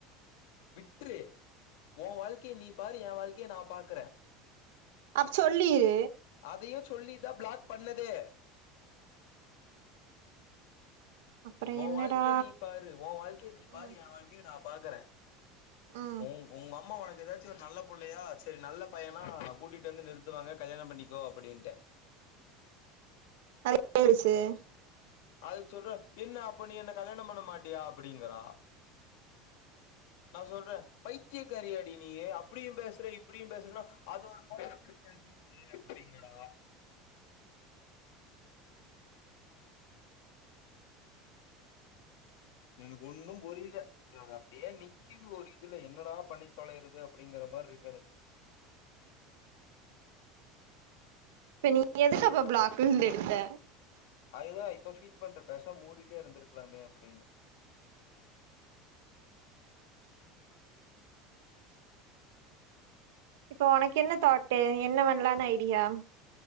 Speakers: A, on the left; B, on the right.
A: விட்டுறு உ வாழ்க்கைய நீ பாரு எ வாழ்க்கைய நா பாக்குறே
B: அப்ப சொல்லீரு
A: அதையும் சொல்லி தா பிளாக் பண்ணதே
B: அப்றோ
A: ஒ
B: என்னடா
A: வாழ்கய நீ பாரு ஒ வாழ்க்கைய நீ பாரு
B: ம்
A: எ வாழ்கய நா பா பாக்குறேன்
B: ம்
A: உ உங்க அம்மா உனக் ஏதாச்சும் ஒரு நல்ல புள்ளையா செரி நல்லப் பையனா நா ந கூட்டிட்டு வந்து நிறுத்துவாங்க கல்யாணம் பண்ணிக்கோ அப்டின்ட்டு
B: <unintelligible>
A: அதுக்கு சொல்ற என்ன அப்ப நீ என்ன கல்யாணம் பண்ண மாட்டியா அப்படிங்கறா நான் சொல்றேன் பைத்தியக்காரியடி நீயு அப்டியும் பேசுற இப்டியும் பேசுறேன்னா அதுோ ஒரு குடும்பத்துல பேசுறது அப்படிங்றா எனக்கு ஒன்னும் புரில நான் அப்டியே நிக்குது ஒரு இதுல என்னடா பண்ணி தொலைையறது அப்படிங்கிற மாரி இருக்கு எனக்கு
B: இப்ப நீ எதுக்க அப்ப பிளாக்லெருந்து எடுத்த
A: அதுதான் இப்ப ஃபீல் பண்றே பெசாம மூடிட்டே இருந்திருக்கலாமே அப்படின்னு
B: இப்போ உனக்கு என்ன தாட்டு என்ன வண்லானு ஐடியா